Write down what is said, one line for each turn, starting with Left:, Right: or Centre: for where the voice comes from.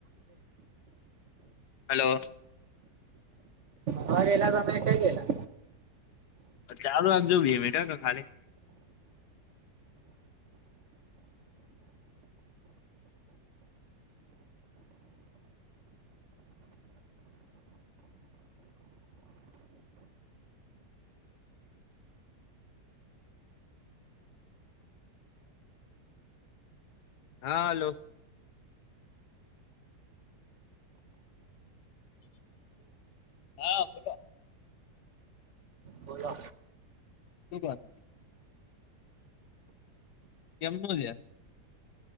Left: હલો.
Right: ખાવા ગેલા તમે કંઈ ગેલા.
Left: ચાલુ રાખજો બે મિનિટ હા ખાલી. હાલો. હા. બોલો
Right: બોલો.
Left: <unintelligible> કેમ હુ લ્યા.